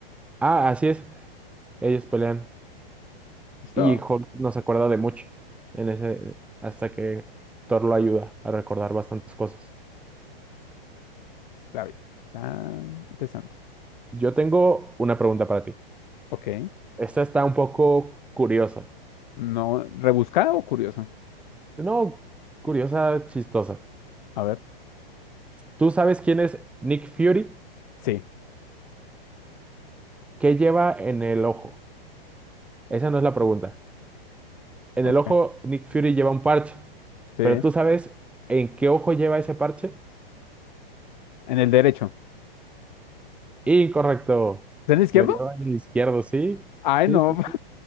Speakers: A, in the centre; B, on the left (about 50°).
A: Ah, así es, ellos pelean.
B: Listo.
A: Y Hulk no se acuerda de mucho en ese, hasta que Thor lo ayuda a recordar bastantes cosas.
B: Está bien. Está interesante.
A: Yo tengo una pregunta para ti.
B: Ok.
A: Esta está un poco curiosa.
B: No, ¿rebuscada o curiosa?
A: No, curiosa, chistosa.
B: A ver.
A: ¿Tú sabes quién es Nick Fury?
B: Sí.
A: ¿Qué lleva en el ojo? Esa no es la pregunta. En
B: Ok.
A: el ojo, Nick Fury lleva un parche,
B: Sí.
A: pero
B: En
A: tú sabes en qué ojo lleva ese parche?
B: el derecho.
A: Incorrecto.
B: ¿Es en el izquierdo?
A: Lo lleva en el izquierdo, ¿sí?
B: Ay,
A: Sí,
B: no.
A: sí, sí.